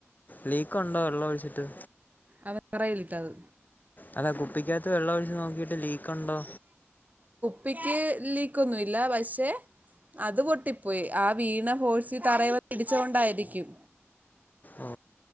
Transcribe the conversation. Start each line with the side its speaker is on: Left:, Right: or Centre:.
Left: ലീക്ക് ഉണ്ടോ വെള്ളം ഒഴിച്ചിട്ട്
Right: അവൻ തറയിൽ ഇട്ടത്
Left: അതാ കുപ്പിക്കാത്ത് വെള്ളം ഒഴിച്ച് നോക്കിട്ട് ലീക്ക് ഉണ്ടോ
Right: കുപ്പിക്ക് ലീക്ക് ഒന്നുമില്ല പക്ഷേ അത് പൊട്ടിപ്പോയ് ആ വീണ ഫോഴ്സിൽ തറയിൽ വന്ന് ഇടിച്ച കൊണ്ടായിരിക്കും
Left: ഓ